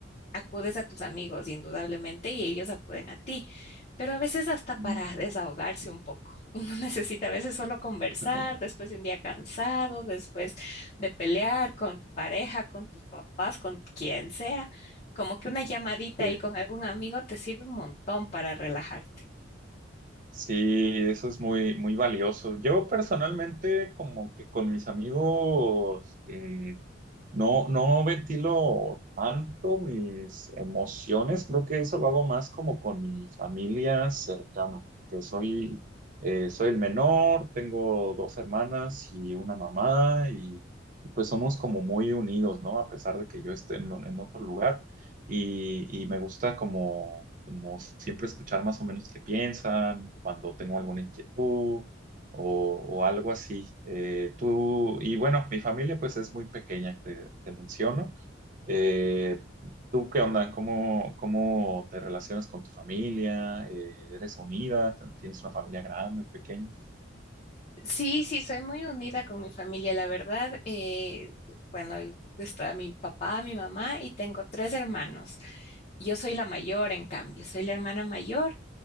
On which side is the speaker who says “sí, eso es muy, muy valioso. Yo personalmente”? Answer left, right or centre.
Right